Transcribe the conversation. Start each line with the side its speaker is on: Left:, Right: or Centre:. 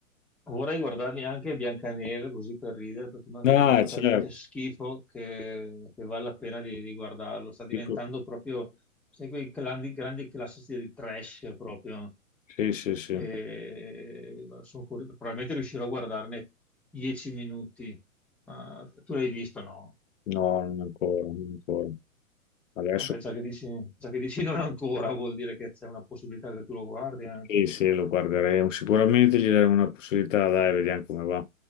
Centre: vorrei guardarmi anche Biancaneve così per ridere, perché mi hanno
Left: Ah,
Centre: detto che fa
Left: certo,
Centre: talmente schifo che, che vale la pena di, di guardarlo. Sta diventando
Left: dico-
Centre: proprio, sai, quei grandi, grandi classici del trash proprio
Left: sì, sì, sì,
Centre: e
Left: no,
Centre: guarda, sono curioso, probabilmente riuscirò a guardarne 10 minuti. Ma tu l'hai visto, no?
Left: non ancora, non ancora. Adesso
Centre: Vabbè, già che dici, già che dici non ancora, vuol dire che c'è una possibilità che tu lo guardi anche.
Left: sì, sì, lo guarderemo, sicuramente gli daremo una possibilità, dai, vediamo come va.